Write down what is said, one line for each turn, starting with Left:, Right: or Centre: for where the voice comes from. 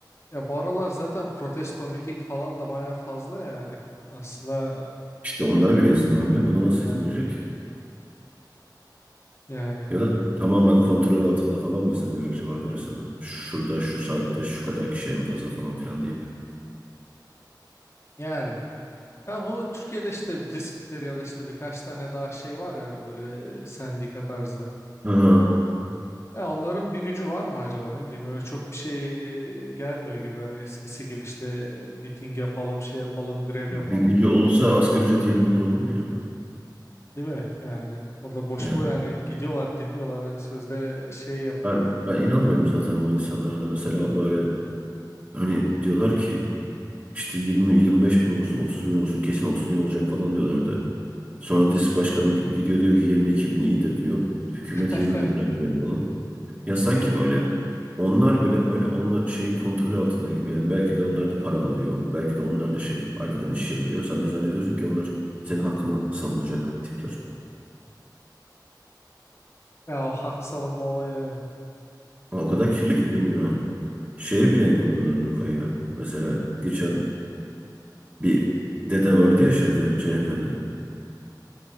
Left: Ya bu aralar zaten protesto miting falan da baya fazla yani. Aslında
Right: İşte onlara bile izin vermiyor. Buna nasıl izin
Left: e, e,
Right: verecek? ki?
Left: yani
Right: Ya da tamamen kontrol altında falan mı izin verir acaba verirse de? Şurada, şu saatte, şu kadar kişi en fazla falan filan deyip.
Left: yani. Ya bu Türkiye'de işte disktir ya da işte birkaç tane daha şey var yani böyle e, sendika tarzı.
Right: Aha.
Left: Ya onların bir gücü var mı acaba ne bileyim öyle çok bir şey gelmiyor gibi yani eskisi gibi işte miting yapalım şey yapalım grev yapalım
Right: Bir bir gücü olsa asgari ücret 20 bin lira olur mu ya?
Left: değil mi yani orada boş
Right: Yani
Left: boş yani gidiyorlar dinliyorlar hani sözde şey yapılıyor
Right: ben, ben inanmıyorum zaten o insanlara da. Mesela böyle Hani diyorlar ki işte 20-25 bin olsun 30 bin olsun kesin 30 bin olacak falan diyorlardı. Sonra DİSK Başkanı gidiyor diyor ki 22 bin iyidir diyor. Hükümet
Left: <laughs>
Right: 20 bin lira veriyor falan. Ya sanki böyle onlar bile böyle onlar şeyin kontrolü altında gibi. Yani belki de onlar da para alıyor. Belki de onlar da şey arkadan iş çeviriyor. Sen de zannediyorsun ki onlar senin hakkını savunacak tipler.
Left: ya o hak savunma olayı
Right: Ama o
Left: evet.
Right: kadar kirli
Left: yani
Right: ki dünya. Şeye bile inanmıyorlar Nurkay ya. Mesela geçen bir dede vardı ya şeyde CHP'de.